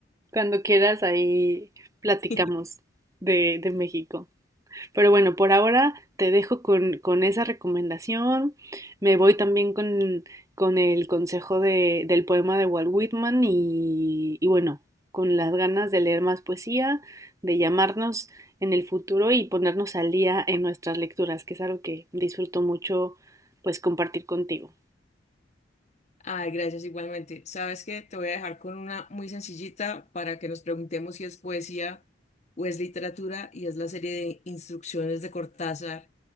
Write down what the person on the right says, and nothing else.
cuando quieras ahí platicamos
de, de México. Pero bueno, por ahora te dejo con, con esa recomendación. Me voy también con, con el consejo de- del poema de Walt Whitman y, y bueno, con las ganas de leer más poesía, de llamarnos en el futuro y ponernos al día en nuestras lecturas, que es algo que disfruto mucho pues compartir contigo.